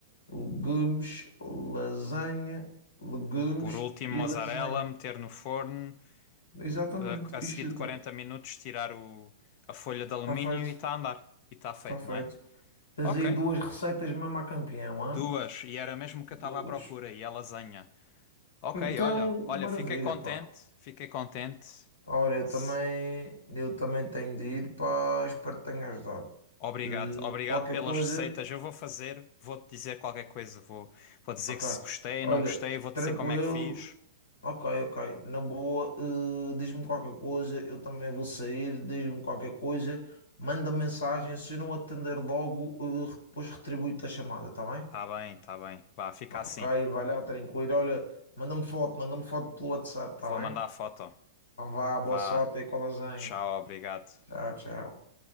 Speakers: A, on the left; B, on the left.
A: Legumes, lasanha, legumes
B: Por último,
A: e
B: mozzarella,
A: lasanha.
B: meter no forno,
A: Exatamente.
B: eh,
A: E
B: a
A: chuta.
B: seguir de 40 minutos tirar o, a folha de alumínio
A: Está feito.
B: e está a andar. E está
A: Está
B: feito,
A: feito.
B: não é?
A: Tens
B: Ok.
A: aí duas receitas mesmo a campeão, hã?
B: Duas, e era mesmo o que
A: Duas.
B: eu estava à procura, e a lasanha. Ok,
A: Então,
B: olha, olha,
A: maravilha,
B: fiquei contente,
A: pá.
B: fiquei contente.
A: Olha, eu
B: S-
A: também, eu também tenho de ir, pá. Espero que tenha ajudado.
B: Obrigado,
A: Eh,
B: obrigado
A: Qualquer
B: pelas
A: coisa,
B: receitas. Eu vou fazer, vou-te dizer qualquer coisa. Vou, vou dizer
A: ok.
B: que se gostei,
A: Olha,
B: não gostei, vou-te
A: tranquilo.
B: dizer como é que fiz.
A: Ok, ok. Na boa, eh, diz-me qualquer coisa, eu também vou sair, diz-me qualquer coisa, manda mensagem, se eu não atender logo, eh, depois retribuo-te a chamada, está bem?
B: Tá bem, tá bem. Vá, fica assim.
A: Ok, vai lá, tranquilo. Olha, manda-me foto, manda-me foto pelo WhatsApp, está
B: Vou mandar
A: bem?
B: a foto.
A: Então vá,
B: Vá,
A: boa sorte aí com a lasanha.
B: tchau, obrigado.
A: Tchau, tchau.